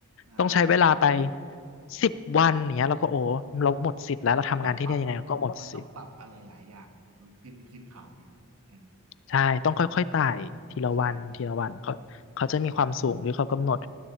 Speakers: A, on the right; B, on the left.
A: อ่า
B: ต้องใช้เวลาไปสิบวันอย่างเนี้ยเราก็โอ้เราหมดสิทธิ์แล้วเราทำงานที่เนี่ยยังไงเราก็หมดสิทธิ์
A: มันต้องปรับมันต้องปรับอะไรหลายอย่างนะมันขึ้นขึ้นเขานี่เออ
B: ใช่ต้องค่อยๆไต่ทีละวันทีละวันเขาเขาจะมีความสูงที่เขากำหนด
A: ใช่